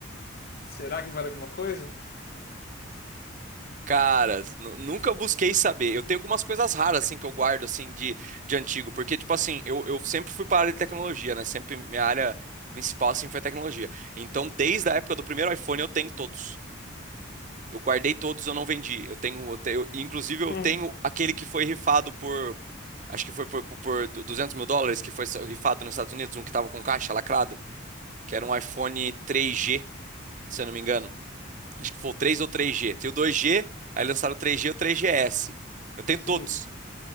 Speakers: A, on the left; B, on the right.
A: Será que vale alguma coisa?
B: Cara, nu- nunca busquei saber. Eu tenho algumas coisas raras, assim, que eu guardo, assim, de, de antigo. Porque, tipo assim, eu, eu sempre fui para a área de tecnologia, né? Sempre minha área principal, assim, foi tecnologia. Então, desde a época do primeiro iPhone, eu tenho todos. Eu guardei todos, eu não vendi. Eu tenho, eu tenho- inclusive eu
A: Hum,
B: tenho aquele que foi rifado por, acho que foi por, por 200 mil dólares, que foi rifado nos Estados Unidos, um que tava com caixa lacrado, que era um iPhone 3G, se eu não me engano. Acho que foi o 3 ou 3G. Tem o 2G, aí lançaram o 3G e o 3GS. Eu tenho
A: sim.
B: todos,